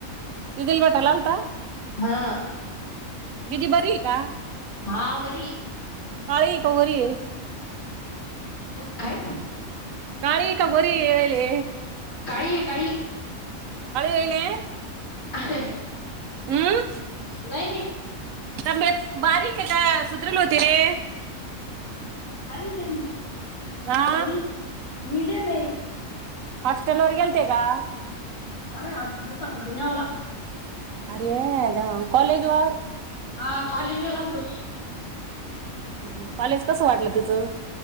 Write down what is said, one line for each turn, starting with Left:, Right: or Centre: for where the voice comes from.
Right: दीदीला भेटायला आलता?
Left: हां.
Right: दिदी बरी ये का?
Left: हां बरीये.
Right: काळीये का गोरीये?
Left: काय?
Right: काळी का गोरी ययेले?
Left: काळी ये काळी.
Right: काळी ययीले?
Left: <unintelligible>
Right: हं?
Left: नाही नाही
Right: तब्येत बारीक के का सुधारेल होती रे?
Left: बारीक ये म्हणी,
Right: हा
Left: थोडी मिडम आहे.
Right: हॉस्टेलवर गेल्ते का?
Left: अरे हॉस्टेल च सापडलं नाही आम्हाला.
Right: अरे देवा! कॉलेज वर?
Left: हा कॉलेजवर आल्तो.
Right: हं, कॉलेज कसं वाटलं तिचं?